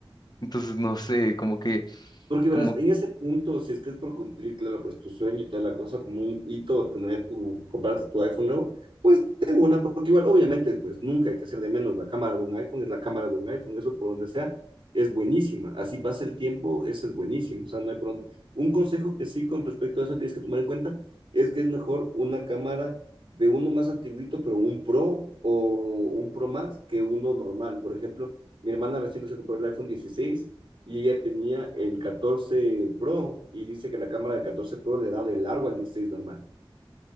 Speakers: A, on the left (about 45°); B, on the right (about 65°).
A: Entonces, no sé, como que,
B: Porque verás,
A: como,
B: en ese punto, si es que es por cumplir, claro, pues tu sueño y toda la cosa, como un hito, tener tu, comprarte tu iPhone nuevo, pues de una, porque igual, obviamente, pues nunca hay que hacer de menos la cámara de un iPhone, es la cámara de un iPhone, eso por donde sea, es buenísima. Así pasa el tiempo, eso es buenísimo. O sea, no hay por dónde- Un consejo que sí con respecto a eso tienes que tomar en cuenta es que es mejor una cámara de uno más antiguito, pero un Pro o un Pro Max que uno normal. Por ejemplo, mi hermana recién que se compró el iPhone 16 y ella tenía el catorce Pro y dice que la cámara del catorce Pro le da de largo al dieciséis normal.